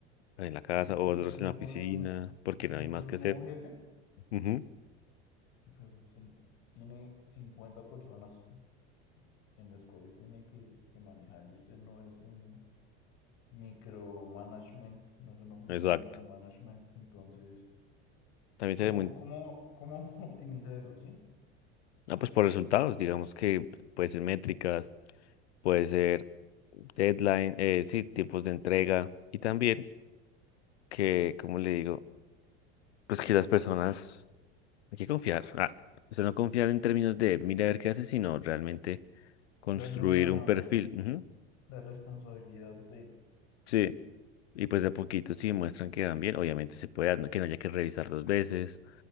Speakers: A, on the left; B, on the left.
A: en la casa
B: Sí, es
A: o
B: que
A: otros
B: usted se
A: en la
B: pone,
A: oficina, porque
B: usted
A: no
B: se
A: hay
B: pone
A: más que
B: en
A: hacer.
B: modo jefe,
A: Ujú,
B: pues usted tiene 50 personas en las cuales tiene que, que manejar y usted no es un micromanagement, no es una oficina
A: Exacto.
B: de micromanagement, entonces,
A: También
B: ¿cómo,
A: se ve muy...
B: cómo, cómo <laughs> optimiza eso, sí?
A: Ah, pues por resultados, digamos que puede ser métricas, puede ser deadline, eh, sí, tiempos de entrega y también que, como le digo, pues que las personas, hay que confiar. Ah, o sea, no confiar en términos de mira a ver qué hace, sino realmente construir
B: darle la,
A: un perfil. Ujú,
B: la responsabilidad de,
A: Sí. Y pues de a poquito, si muestran que van bien, obviamente se puede, no- que no haya que revisar dos veces,